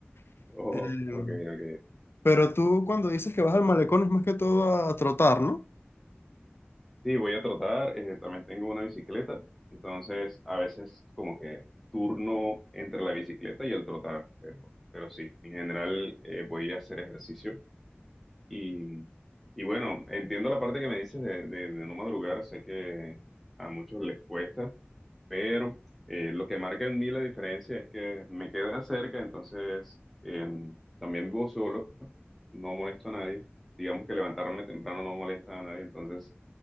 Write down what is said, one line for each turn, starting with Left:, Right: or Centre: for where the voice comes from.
Left: <laughs>
Centre: Oh,
Left: Em,
Centre: ok, ok,
Left: Pero tú cuando dices que vas al malecón es más que todo a trotar, ¿no?
Centre: Sí, voy a tratar. eh, también tengo una bicicleta, entonces a veces como que turno entre la bicicleta y el trotar, pero, pero sí, en general eh, voy a hacer ejercicio. Y, y bueno, entiendo la parte que me dices de, de- de no madrugar, sé que a muchos les cuesta, pero eh, lo que marca en mí la diferencia es que me queda cerca, entonces eh, también vivo solo, no molesto a nadie, digamos que levantarme temprano no molesta a nadie, entonces